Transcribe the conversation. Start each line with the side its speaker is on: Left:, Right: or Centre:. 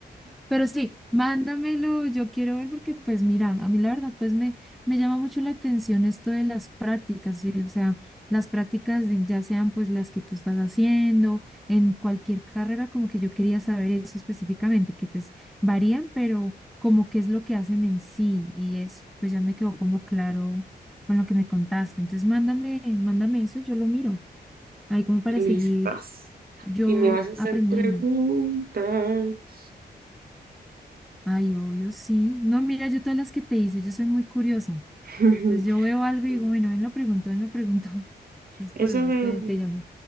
Centre: Pero sí, mándamelo, yo quiero ver porque pues mira, a mí la verdad pues me, me llama mucho la atención esto de las prácticas, ¿sí? O sea, las prácticas de- ya sean pues las que tú estás haciendo, en cualquier carrera, como que yo quería saber eso específicamente, que pues varían, pero como qué es lo que hacen en sí y eso, pues ya me quedó como claro con lo que me contaste. Entonces mándame, mándame eso, yo lo miro, ahí como para
Right: Listas.
Centre: seguir yo
Right: Y me vas a hacer
Centre: aprendiendo.
Right: preguntas.
Centre: Ay, obvio, sí. No, mira, yo todas las que te hice, yo soy muy curiosa.
Right: <laughs>
Centre: Entonces yo veo algo
Right: Sí.
Centre: y digo, bueno, ven, lo pregunto, ven, lo pregunto. <laughs> Entonces
Right: Eso
Centre: por eso
Right: veo,
Centre: te, te llamo.